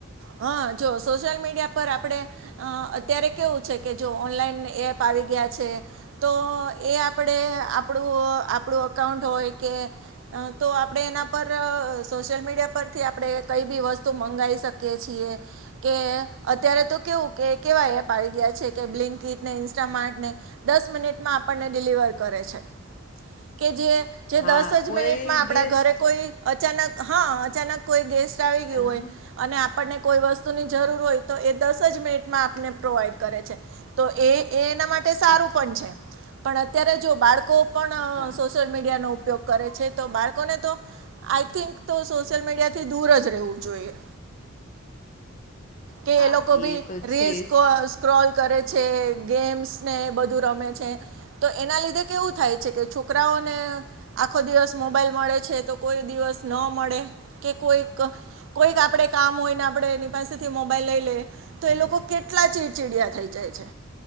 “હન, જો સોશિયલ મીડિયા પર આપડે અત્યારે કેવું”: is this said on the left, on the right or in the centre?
Right